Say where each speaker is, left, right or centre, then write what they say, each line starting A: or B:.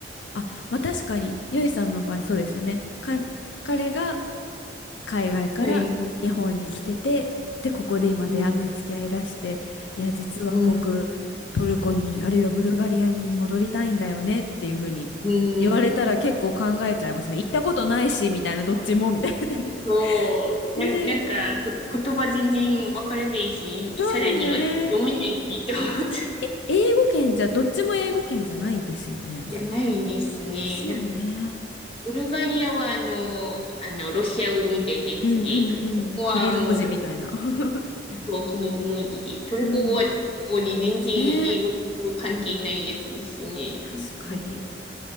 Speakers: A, on the left; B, on the left.
A: あ、まあ確かに、ゆいさんの場合そうですよね。か、彼が海外から日本に来てて、
B: はい
A: で、ここで今出会って付き合いだして、
B: うん、
A: いや、実は僕、
B: うん、
A: トルコに、あるいはブルガリアに戻りたいんだよねっていうふうに言われたら結構考えちゃいますね。
B: うん。
A: 行ったことないし、みたいな、どっちも、みたいな。
B: そう、
A: <laughs> ねえ、
B: な、なんか、こ言葉全然わからないし、
A: そうですよね。
B: さらには読めないし、と思って。
A: え、英語圏じゃ、どっちも英語圏じゃないですよね。
B: じゃないですね。
A: ですよね。
B: なんか、ブルガリアはあの、あの、ロシア語みたいなやつで、
A: うんうんうん。
B: トルコ語はもう、
A: キリル文字みたいな。
B: ど
A: <laughs>
B: こキリ文字で、トルコ語はトルコ語で全然英語と関係ないやつですしね。
A: うん。ねえ、確かに。
B: うん